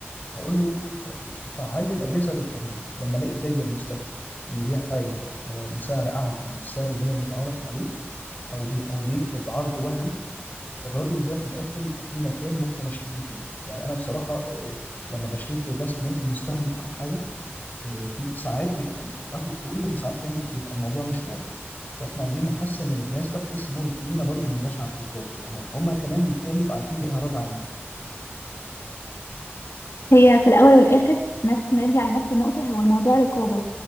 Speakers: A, on the left (about 40°); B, on the left (about 85°).
A: هقول له آه، آه، فعل لي الاجهزه الرقابيه لما الاقي تاجر مستثمر بيبيع حاجه آه، بسعر اعلى من السعر اللي هي متعارف عليه او بي او بيكتب عرض وهمي الراجل ده في الاخر يبقى في مكان ممكن اشتكي فيه يعني انا بصراحه آه، لما بشتكي في جهاز حمايه المستهلك او حاجه آه، في ساعات بيبقى باخد حقوقي وساعات تانية بيبقى الموضوع مش واضح فاحنا عايزين نحسن من الجهاز ده بحيث ان هو يحمينا برضو ما نجاش على التجار فاهم؟ فهم كمان بالتالي يبقى عارفين ليه هرد عليهم
B: هي في الأول والآخر نفس نرجع لنفس النقطة هو الموضوع رقابة